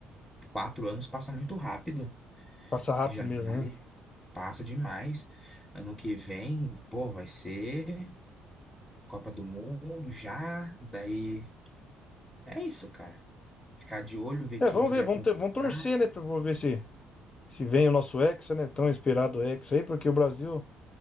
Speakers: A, in the centre; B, on the left (about 30°).
A: Quatro anos passa muito rápido.
B: passa rápido
A: Já
B: mesmo,
A: vai,
B: né?
A: passa demais. Ano que vem, pô, vai ser Copa do Mundo já, daí. É isso, cara. Ficar de olho, ver
B: É,
A: quem
B: vamos
A: que
B: ver,
A: ele vai
B: vamos,
A: contratar.
B: ter- vamos torcer, né, para ver se se vem o nosso Hexa, né? Tão esperado Hexa aí, porque o Brasil